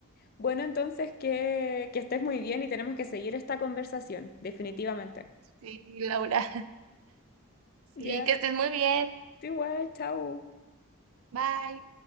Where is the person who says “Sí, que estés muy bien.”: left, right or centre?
Right